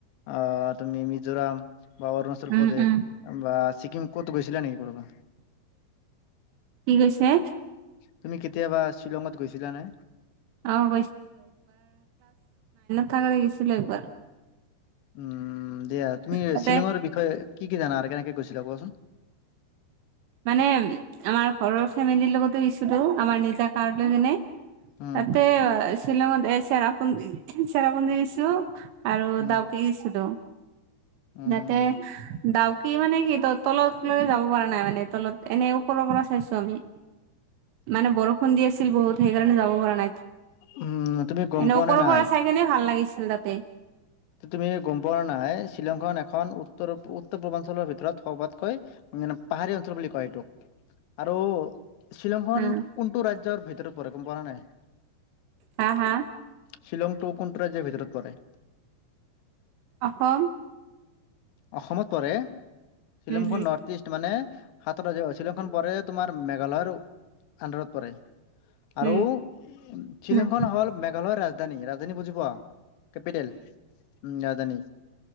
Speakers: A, on the left; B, on the right.
A: অ তুমি মিজোৰাম বা অৰুণাচল
B: উম,
A: প্ৰদেশ
B: উম।
A: বা চিকিম ক'তো গৈছিলে নেকি কোবা
B: কি কৈছে?
A: তুমি কেতিয়াবা শ্বিলঙত গৈছিলা নে?
B: অ', থাকতে গৈছিলো একবাৰ
A: উম, দিয়া তুমি
B: তাতে
A: শ্বিলঙৰ বিষয়ে কি কি জানা আৰু কেনেকে গৈছিলা কোৱাচোন
B: মানে আমাৰ ঘৰৰ ফেমিলিৰ লগতো গৈছিলো আমাৰ নিজা কাৰ লৈ কিনে
A: উম,
B: তাতে শ্বিলংত ম এ চেৰাপু চেৰাপুঞ্জী দিছো আৰু
A: উম,
B: দাউকে দিছিলো
A: উম,
B: তাতে
A: উম,
B: ডাউকি মানে কি ত তলত লকে যাব পৰা নাই মানে তলত এনে ওপৰৰ পৰা চাইছো আমি। মানে বৰষুণ দি আছিল বহুত সেইকাৰণে যাব পৰা নাই।
A: উম, তুমি গম
B: এনে
A: পোৱা
B: ওপৰৰ
A: নে নাই?
B: পৰা চাইকেনে ভাল লাগিছিল তাতে।
A: তুমি গম পোৱা নাই। শ্বিলংখন এখন উত্তৰ উত্তৰ পূৰ্বাঞ্চলৰ ভিতৰত সৰ্বাত কৈ মানে পাহাৰীয়া অঞ্চল বুলি কয় এইটো আৰু শ্বিলংখন
B: উম
A: কোনটো ৰাজ্যযৰ ভিতৰত পৰে গম পোৱা নে নাই?
B: হা, হা,
A: শ্বিলং টো কোনটো ৰাজ্যৰ ভিতৰত পৰে?
B: অসম।
A: অসমত পৰে শ্বিলংখন
B: উম
A: নৰ্থ-ইষ্ট মানে সাতটা <unintelligible> জ অ, শ্বিলংখন পৰে তোমাৰ মেঘালয়ৰ আন্ডাৰত পৰে।
B: হম
A: আৰু শ্বিলিংখন
B: উম
A: হল মেঘালয়ৰ ৰাজধানী ৰাজধানী বুজি পোৱা? কেপিটেল উম, ৰাজধানী।